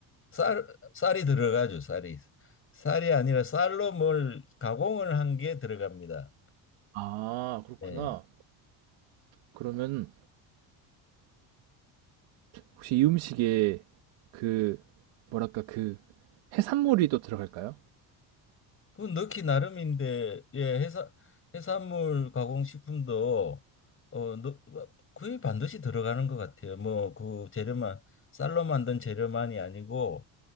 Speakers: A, on the left; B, on the right.
A: 쌀 쌀이 들어가죠. 쌀이 쌀이 아니라 쌀로 뭘 가공을 한 게 들어갑니다.
B: 아, 그렇구나.
A: 예.
B: 그러면 혹시 이 음식에 그 뭐랄까 그 해산물이 또 들어갈까요?
A: 그건 넣기 나름인데 예 해산 해산물 가공식품도 어 넣- 뭐, 거의 반드시 들어가는 것 같아요. 뭐 그 재료만 쌀로 만든 재료만이 아니고